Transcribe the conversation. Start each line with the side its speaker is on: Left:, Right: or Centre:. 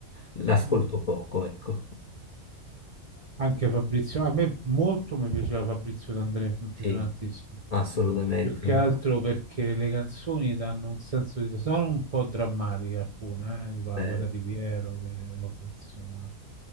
Left: l'ascolto
Right: Mm.
Left: poco, ecco.
Right: Anche Fabrizio, a me molto mi piaceva Fabrizio D'André, mi piaceva
Left: Sì,
Right: tantissimo.
Left: assolutamente,
Right: Più che altro perché le canzoni danno un senso di... sono un po' drammatiche alcune, eh, tipo La
Left: vero,
Right: guerra di Piero, che vabbè, insomma...